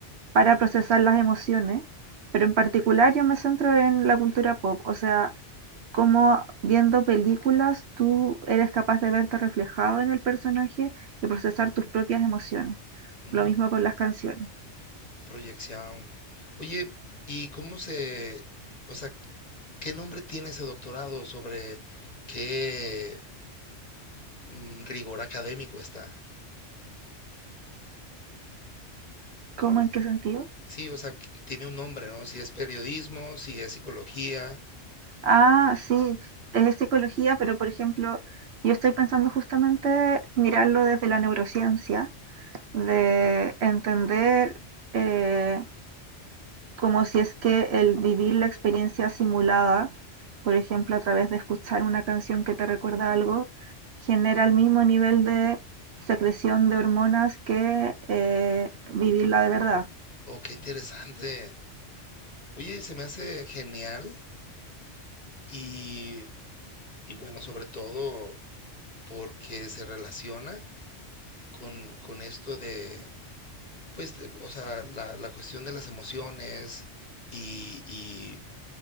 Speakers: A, on the right; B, on the left.
A: para procesar las emociones, pero en particular yo me centro en la cultura pop, o sea, cómo viendo películas tú eres capaz de verte reflejado en el personaje y procesar tus propias emociones.
B: Mm,
A: Lo mismo con las canciones.
B: proyección. Oye, ¿y cómo se, o sea, qué nombre tiene ese doctorado? ¿Sobre qué mm, rigor académico está?
A: ¿Cómo, en qué sentido?
B: Sí, o sea, que tiene un nombre, ¿no? Si es periodismo, si es psicología.
A: Ah, sí, es psicología, pero por ejemplo, yo estoy pensando justamente mirarlo desde la neurociencia, de entender eh, como si es que el vivir la experiencia simulada, por ejemplo, a través de escuchar una canción que te recuerda algo, genera el mismo nivel de secreción de hormonas que eh, vivirla de verdad.
B: Oh, qué interesante. Oye, se me hace genial y, y bueno, sobre todo porque se relaciona con, con esto de, pues, de- o sea, la, la cuestión de las emociones y, y